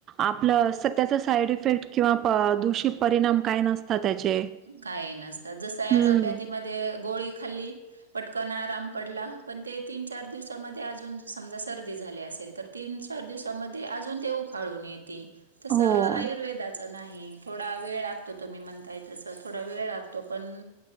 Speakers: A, on the right; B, on the right.
A: आपलं सत्याच साईड इफेक्ट किंवा दूषित परिणाम काय नसतात त्याचे.
B: काही नसतात जस अलोपॅथी
A: हम्म
B: मधयेगोळी खाल्ली पट कण आराम पडला पण ते तीन -चार दिवसामध्ये अजून समजा सर्दी झाले असेल तर तीन चार दिवसांमध्ये अजून ते उफाळून येत येते, तस
A: हो
B: आयुर्वेदाच नाही थोडा वेळ लागतो तुम्ही म्हणताय त व थोडा वेळ लागतो पण